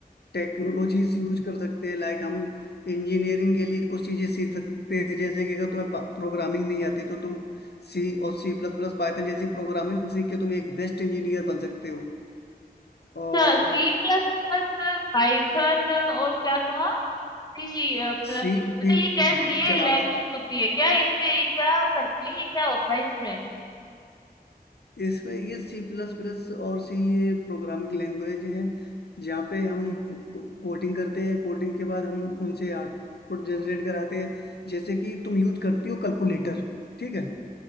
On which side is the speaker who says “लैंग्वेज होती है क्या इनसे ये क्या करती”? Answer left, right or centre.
Left